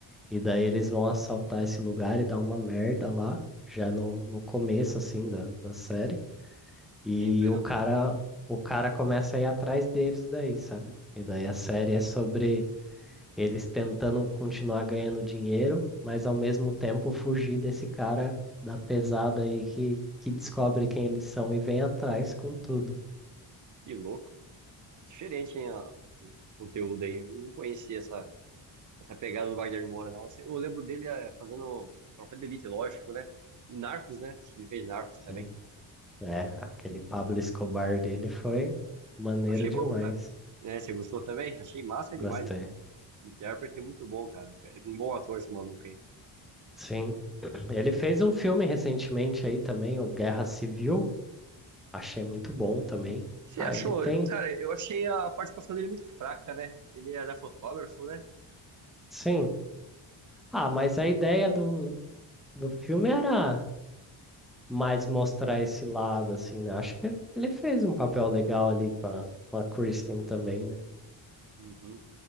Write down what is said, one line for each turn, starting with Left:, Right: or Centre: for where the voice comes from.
Centre: E daí eles vão assaltar esse lugar e dar uma merda lá, já no, no começo, assim, da, da série. E
Right: Sempre,
Centre: o
Right: não?
Centre: cara, o cara começa a ir atrás deles daí, sabe? E daí a série é sobre eles tentando continuar ganhando dinheiro, mas ao mesmo tempo fugir desse cara da pesada aí que, que descobre quem eles são e vem atrás com tudo.
Right: Que louco. Diferente, hein, a- o conteúdo aí. Não conhecia essa. essa pegada do Wagner Moura, não. Eu lembro dele eh, fazendo Tropa de Elite, lógico, né? E Narcos, né? Acho que ele fez Narcos
Centre: Sim.
Right: também.
Centre: É, aquele Pablo Escobar dele foi maneiro
Right: Eu achei
Centre: demais.
Right: bom, cara. Né, você gostou também? Achei massa
Centre: Gostei.
Right: demais. O intérprete é muito bom, cara. É Um bom ator esse maluco aí.
Centre: Sim. <clears throat> Ele fez um filme recentemente aí também, o Guerra Civil. Achei muito bom também.
Right: Você
Centre: Ah,
Right: achou?
Centre: ele tem.
Right: Eu- cara, eu achei a participação dele muito fraca, né? Ele era fotógrafo, né?
Centre: Sim, Ah, mas a ideia do, do filme era mais mostrar esse lado, assim, né? Acho que ele fez um papel legal ali com a, com a Kristen também, né?
Right: Uhum.